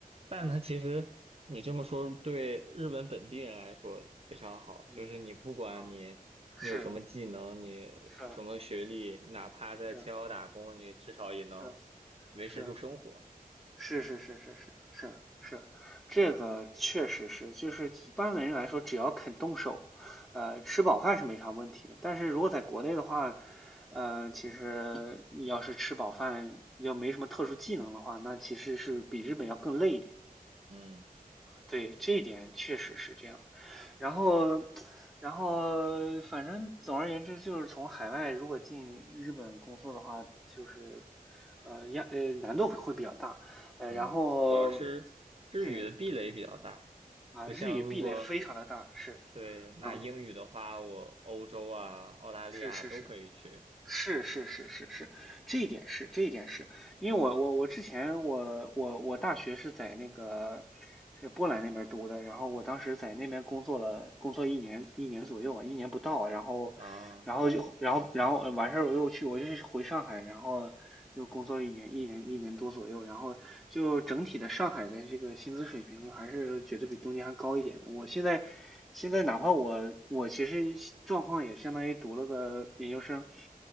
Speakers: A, on the right; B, in the centre.
A: 但它其实你这么说，
B: 嗯
A: 对日本本地人来说非常好，
B: 嗯嗯，
A: 就是你不管你你有什么技能，
B: 啊，是
A: 你什么学历，
B: 是
A: 哪怕在七幺打工，
B: 是
A: 你至少也能
B: 是
A: 维持住生活。
B: 是，是是是是是是是，这个确实是，就是一般的人来说，只要肯动手，呃，吃饱饭是没啥问题的。但是如果在国内的话，呃，其实你要是吃饱饭要没什么特殊技能的话，那其实是比日本要更累一点。
A: 嗯
B: 对，这一点确实是这样的然后，然后，反正总而言之，就是从海外如果进日本工作的话，就是呃压呃难度会比较大，呃，
A: 嗯，
B: 然后
A: 主要是日语的壁垒比较大。
B: 对啊，
A: 不像如果
B: 日语壁垒非常的大，是，
A: 对，拿英语的话，
B: 嗯，
A: 我欧洲啊、澳大利亚都可以去
B: 是是是是是是是是是，这一点是这一点是，因为我我我之前我我我大学是在那个是波兰那边读的，然后我当时在那边工作了，工作一年一年左右吧，一年不到，然后，
A: 啊
B: 然后就然后然后呃完事儿我又去，我就是回上海，然后又工作一年一年一年多左右，然后就整体的上海的这个薪资水平还是觉得比东京还高一点的。我现在现在哪怕我我其实状况也相当于读了个研究生，